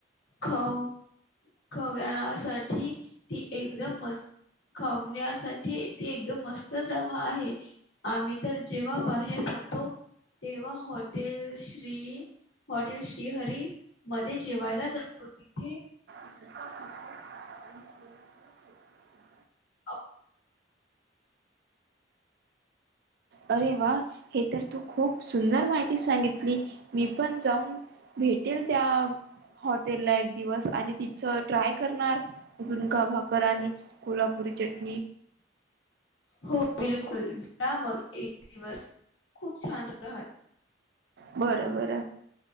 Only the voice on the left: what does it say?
खऊ खव्यासाठी ती एकदम मस्त खावण्यासाठी ते एकदम मस्त जा आहे आम्ही तर जेव्हा बाहेर पडतो तेव्हा हॉटेल श्री हॉटेल श्रीहरी मध्ये जेवायला जातो तिथे.
अ
हो बिलकुल जा मग दिवस खूप छान राहते.